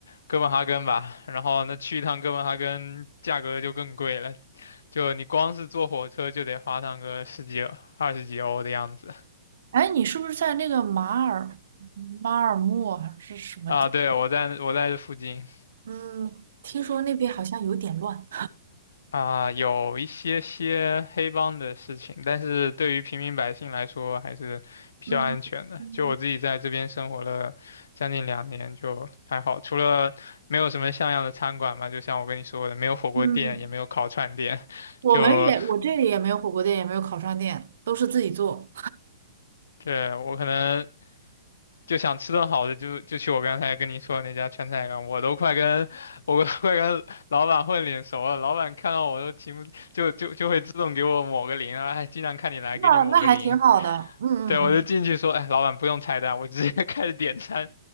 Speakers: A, on the left; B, on the right.
A: 哥本哈根吧。然后那去一趟哥本哈根，价格就更贵了，就你光是坐火车就得花上个十几、二十几欧的样子。
B: 哎，你是不是在那个马尔马尔默还是什么地？
A: 啊，对，我在我在这附近。
B: 嗯，听说那边好像有点乱。
A: 啊，有一些些黑帮的事情，但是对于平民百姓来说还是比较安全的。
B: 嗯嗯
A: 就我自己在这边生活了将近两年，就还好，除了没有什么像样的餐馆嘛，就像我跟你说的，没有火锅店，
B: 嗯，
A: 也没有烤串店，
B: 我们也我这里也没有火锅店，
A: 就
B: 也没有烤串店，都是自己做。
A: 对我可能就想吃顿好的就，就去我刚才跟你说的那家川菜馆，我都快跟我都快跟老板混脸熟了，老板看到我都情不就就就会自动给我抹个零啊，哎，经常看你来，
B: 那那还挺好的。
A: 给你抹个零。
B: 嗯嗯嗯，
A: 对，我就进去说，哎，老板不用菜单，我直接 <laughs> 开始点餐，